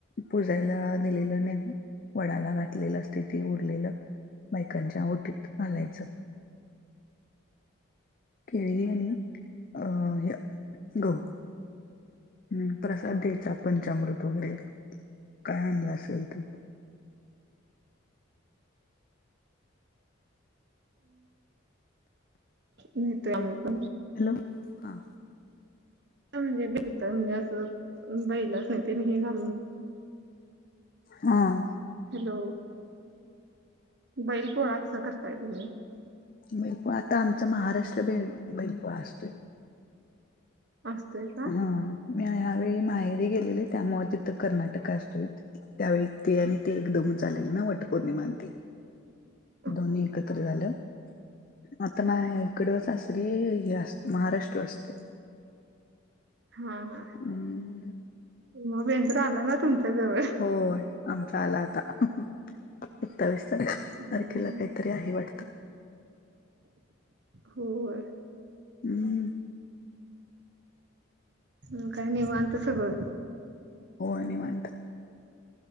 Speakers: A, on the left; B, on the right.
A: पुजायला दिलेलं न वडाला घातलेलं असते ती उरलेलं. बायकांच्या ओटीतघालायच. केळीग आणि अ गहू. हम् प्रसाद द्यायचा पंचामृत वगैरे काय आणलं असेल ते
B: होतो आम्ही पण
A: हॅलो हा.
B: म्हणजे बी होत म्हणजे असं बैलाच नाही ते नाही का?
A: हम.
B: हॅलो बैल पोळा कसा करताय तुम्ही?
A: बैलपो आता आमचा महाराष्ट्र बेंदूर असतोय.
B: असतोय का?
A: हा मी ह्यावेळी माहेरी गेलेली त्यामु तिथं कर्नाटक असतो इ. त्यावेळी ते आणि ते एकदम लेल ना वट पौर्णिमाां ते
B: <unintelligible>
A: ते दोन्ही एकत्र झालं. आता माझ इकडच सासरी महाराष्ट्र असतोय.
B: हा हा
A: हम्म
B: मग बेंदूर आला ना तुमचा जवळ
A: होय आमचा आला आता सत्तावीस तारीख
B: हम्म
A: तारखेला
B: हम्म
A: काहीतरी आहे वाटतं.
B: हो होय.
A: हम्म
B: म काय निवांत सगळं.
A: हो निवांत.